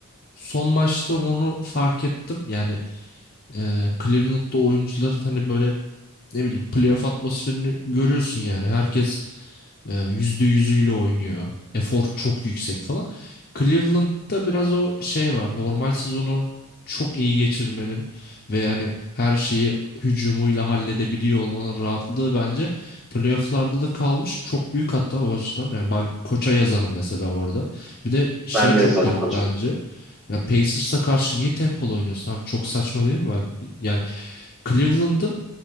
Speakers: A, on the left; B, in the centre.
A: son maçta onu fark ettim. Yani e, Cleveland'da oyuncuların hani böyle ne bileyim playoff atmosferini görüyorsun yani. Herkes e, yüzde yüzüyle oynuyor. Efor çok yüksek falan. Cleveland'da biraz o şey var. Normal sezonu çok iyi geçirmenin ve yani her şeyi hücumuyla halledebiliyor olmanın rahatlığı bence playoff'larda da kalmış. Çok büyük hatta o açıdan. Yani ben koça yazarım mesela orada. Bir de şey
B: ben
A: çok
B: de yazarım
A: garip
B: koça.
A: bence. Ya Pacers'a karşı niye tempolu oynuyorsun abi? Çok saçma değil mi? Ben- Yani Cleveland'ın